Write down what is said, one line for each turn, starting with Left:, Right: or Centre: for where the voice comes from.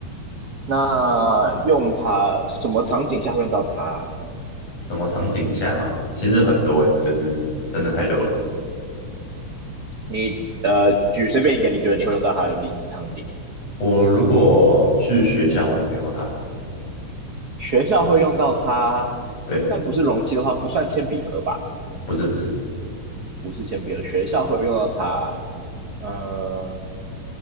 Right: 那用它什么场景下会用到它？
Left: 什么场景下嘛，其实很多诶，就是真的太多了。
Right: 你呃，举随便一个你觉得你会用到它的例场景，
Left: 我如果去学校，我可能会用到它。
Right: 学校会用到它，
Left: 对，
Right: 但不是容器的话，不算铅笔盒吧？
Left: 不是不是，
Right: 不是铅笔了，学校会用到它，呃，